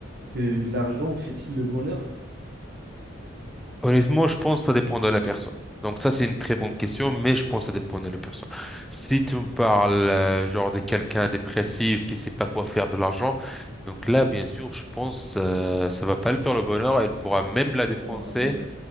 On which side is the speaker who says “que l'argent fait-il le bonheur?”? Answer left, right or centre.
Right